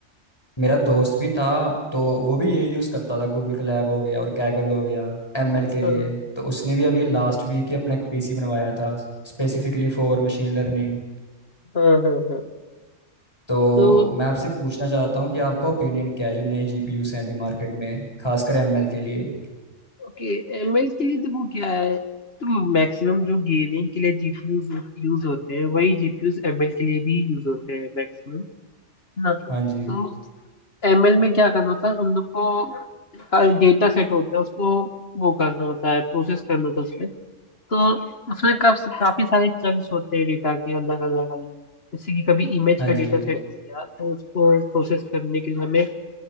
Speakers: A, on the left; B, on the left.
A: मेरा दोस्त भी था तो वो भी यही यूज़ करता था गूगल कोलैब हो गया और कैगल हो गया एमएल के लिए
B: हाँ
A: तो उसने भी अभी लास्ट वीक ही अपना एक पीसी बनवाया था स्पेसिफिकली फॉर मशीन लर्निंग
B: हाँ हाँ हाँ हाँ।
A: तो
B: तो
A: मैं आपसे पूछना चाहता हूँ कि आपका ओपिनियन क्या है जो नए जीपीयूस हैं अभी मार्केट में खासकर एमएल के लिए
B: ओके एमएल के लिए तो वो क्या है तो मैक्सिमम जो गेमिंग के लिए जीपीयूज यूज होते हैं वही जीपीयूज एमएल के लिए भी यूज होते हैं मैक्सिमम ना तो
A: हाँ जी
B: एमएल में क्या करना होता है हम लोग को डेटा सेट होता है उसको वो करना होता है प्रोसेस करना होता है उसमें तो उसमें काफ, काफी सारे चंक्स होते हैं डेटा के अलग अलग अलग जैसे कि कभी इमेज
A: हाँ
B: का डेटा
A: जी
B: सेट हो गया तो उसको प्रोसेस करने के लिए हमें